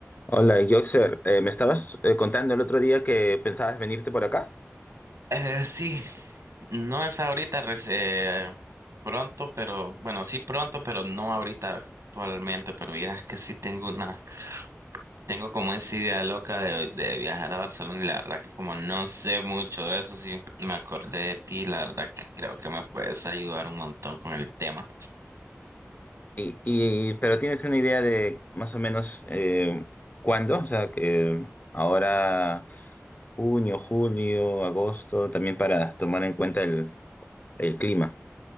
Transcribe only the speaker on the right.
Eh, sí, no es ahorita, reci- eh, pronto, pero bueno, sí pronto, pero no ahorita actualmente, pero vieras que sí tengo una, tengo como esa idea loca de, de viajar a Barcelona y la verdad que como no sé mucho de eso, sí me acordé de ti, la verdad que creo que me puedes ayudar un montón con el tema.